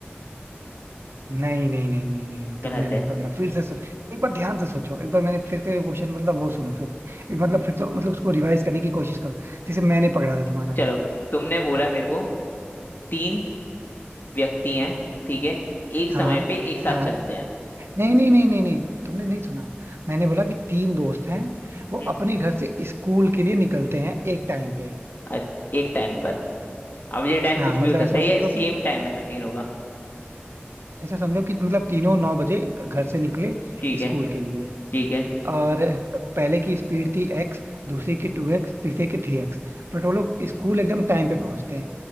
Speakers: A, on the right; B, on the left.
A: नहीं नहीं नहीं नहीं नहीं नहीं
B: गलत
A: तुमने नहीं
B: है
A: पकड़ा फिर से सोच एक बार ध्यान से सोचो एक बार मैंने फिर से क्वेश्चन बोला था वो सुनो फिर से। एक मतलब फिर तो मतलब उसको रिवाइज करने की कोशिश करो जैसे मैंने पकड़ा था तुम्हारा
B: चलो तुमने बोला मेरे को तीन व्यक्ति हैं ठीक है एक समय
A: हाँ
B: पे एक साथ
A: हाँ
B: चलते हैं
A: नहीं नहीं नहीं नहीं नहीं तुमने नहीं सुना मैंने बोला कि तीन दोस्त हैं वो
B: हम्म
A: अपने घर से स्कूल के लिए निकलते हैं एक टाइम पे
B: अ- एक टाइम पर अब ये टाइम
A: हाँ
B: कुछ
A: मतलब
B: भी हो सकता
A: ऐसा
B: है
A: समझो
B: ये सेम
A: कि
B: टाइम है सब तीनों का
A: ऐसा समझो कि मतलब तीनों नौ बजे घर से निकले
B: ठीक
A: स्कूल
B: है
A: के लिए
B: ठीक है
A: और पहले की स्पीड थी एक्स दूसरे की टू एक्स तीसरे की थ्री एक्स बट वो लोग स्कूल एकदम टाइम पे पहुंचते हैं